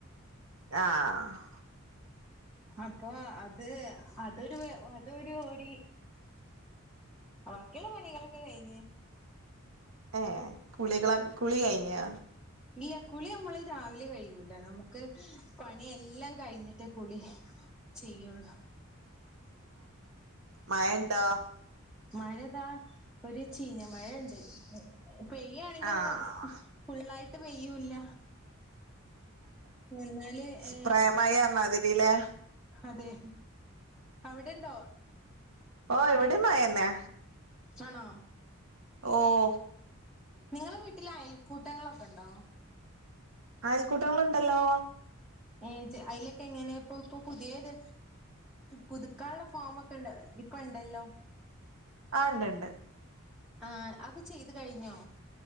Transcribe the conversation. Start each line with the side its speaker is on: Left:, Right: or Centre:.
Right: ആഹ്
Centre: അപ്പൊ അത് അതൊരു വേ അതൊരു ഒരി വാക്കിള്ള പണികളക്കെ കയിഞ്ഞ്
Right: ഏ കുളികള കുളി കയിഞ്ഞാ
Centre: ഇല്ല കുളി നമ്മള് രാവിലെ കയിയൂലെ നമുക്ക് പണിയെല്ലാം കയിഞ്ഞി ഒറ്റ കുളി ചെയ്യുള്ളൂ
Right: മഴ ഉണ്ടോ?
Centre: മഴതാ ഒരു ചീഞ്ഞ മഴ ഇണ്ട് പെയ്യേണെങ്കിൽ
Right: ആഹ്
Centre: ഒന്ന് ഫുള്ളായിട്ട് പെയ്യൂല്ല ഞങ്ങള്
Right: സ്പ്രേ
Centre: ഏ
Right: മഴാർഞ്ഞാതിരിലേ
Centre: അതെ അവിടെണ്ടോ?
Right: ഓ ഇവിടിം മയന്നെ
Centre: ആണോ
Right: ഓഹ്
Centre: നിങ്ങള വീട്ടിൽ അയൽക്കൂട്ടങ്ങളൊക്കെണ്ടോ
Right: അയൽക്കൂട്ടങ്ങള്ണ്ടല്ലോ
Centre: ഏ ജ് അയിലൊക്കെ എങ്ങനേപ്പൊ ഇപ്പപുത്യേത് പുതുക്കാള്ള ഫോമൊക്കെണ്ട് ഇപ്പണ്ടല്ലോ
Right: ആ ണ്ട് ണ്ട്
Centre: ആ അഒക്കെ ചെയ്തു കഴിഞ്ഞോ?